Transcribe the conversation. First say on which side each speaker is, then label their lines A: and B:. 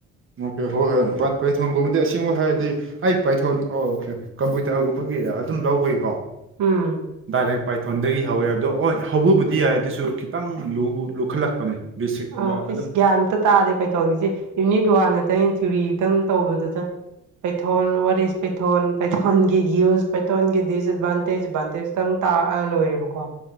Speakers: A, on the right; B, on the right.
A: ꯑꯣꯀꯦ ꯍꯣꯏ ꯄꯥꯏꯊꯣꯟꯒꯨꯝꯕꯗꯤ ꯑꯁꯦꯡꯕ ꯍꯥꯏꯔꯗꯤ ꯑꯩ ꯄꯥꯏꯊꯣꯟ ꯑꯣꯀꯦ ꯀꯝꯄ꯭ꯌꯨꯇꯔꯒꯨꯝꯕꯒꯤ ꯑꯗꯨꯝ ꯂꯧꯕꯩꯀꯣ
B: ꯎꯝ
A: ꯗꯥꯏꯔꯦꯛ ꯄꯥꯏꯊꯣꯟꯗꯒꯤ ꯍꯧꯋꯦꯕ ꯑꯗꯣ ꯑꯣꯏ ꯍꯧꯕꯕꯨꯗꯤ ꯌꯥꯏ ꯑꯗꯨꯁꯨ ꯈꯤꯇꯪ ꯂꯨꯈꯠꯂꯛꯄꯅꯦ꯫ ꯕꯦꯁꯤꯛꯀꯨꯝꯕ
B: ꯑꯥ ꯑꯩꯁ
A: ꯑꯗꯨꯝ
B: ꯒ꯭ꯌꯥꯟ ꯑꯝꯇ ꯇꯥꯗꯦ ꯄꯥꯏꯊꯣꯟꯁꯦ ꯌꯨꯅꯤꯠ ꯋꯥꯟ ꯑꯇꯪ ꯊꯤꯑꯣꯔꯤꯇꯪ ꯇꯧꯕꯗꯨꯗ ꯄꯩꯊꯣꯟ ꯋꯥꯠ ꯏꯁ ꯄꯥꯏꯊꯣꯟ ꯄꯥꯏꯊꯣꯟꯒꯤ ꯌꯨꯁ ꯄꯥꯏꯊꯣꯟꯒꯤ ꯗꯤꯁꯑꯦꯠꯚꯥꯟꯇꯦꯖ ꯑꯦꯗꯚꯥꯟꯇꯦꯖ ꯇꯪ ꯇꯥꯛꯑ ꯂꯣꯏꯔꯦꯕꯀꯣ꯫